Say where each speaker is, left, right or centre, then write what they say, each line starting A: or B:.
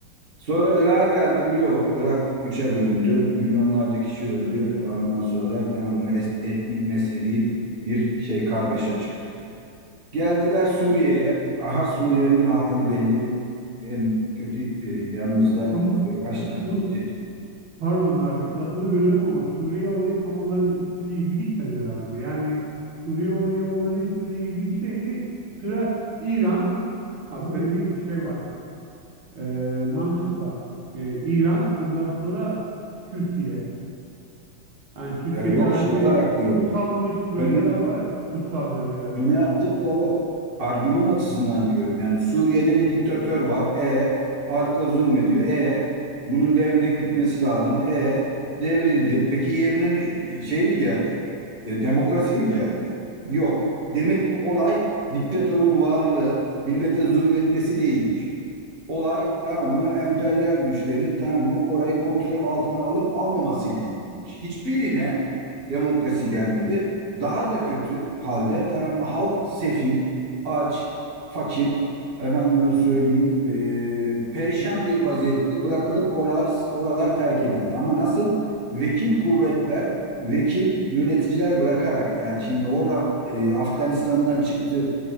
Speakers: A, on the right; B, on the right.
A: Sonra Irak'a geldi mi yok. Irak üçe bölündü. Milyonlarca kişi öldü. Ondan sonra tamam mı es- etnik mezhebi bir şey kargaşa çıktı. Geldiler Suriye'ye. Aha Suriye'nin hali belli. En kötü e, yanımızda
B: Ama
A: e, kaç tane
B: şu
A: mülteci.
B: Pardon abi lafını bölüyorum ama Suriye olayı tam onların istediği gibi gitmedi herhalde. Yani Suriye olayı onların istediği gibi gitseydi sıra İran. Ha böyle bir şey var. Ee, mantık var. Ee, İran ondan sonra Türkiye. Yani Türkiye'de
A: Ya yok
B: hani
A: şey olarak diyorum.
B: kutsanmış bölgeler
A: Ön-
B: var ya kutsal bölgeler.
A: öne attıkları argüman açısından diyorum. Yani Suriye'de bir diktatör var. E halka zulmediyor. E bunun devrilip bitmesi lazım. E devrildi. Peki yerine şey mi geldi? E, demokrasi mi geldi? Yok. Demek ki olay diktatörün varlığı millete zulmetmesi değilmiş olay tamam mı emperyal güçlerin tamam mı orayı kontrol altına alıp almaması ile ilgiliymiş. Hiçbirine demokrasi gelmedi. Daha da kötü halde tamam mı halk sefil, aç, fakir, efendime söyleyeyim e, perişan
B: Hı
A: bir vaziyette bırakılıp oralar, oralar terk edildi. Ama nasıl vekil kuvvetler, vekil yöneticiler bırakarak yani şimdi orada e, Afganistan'dan çıktı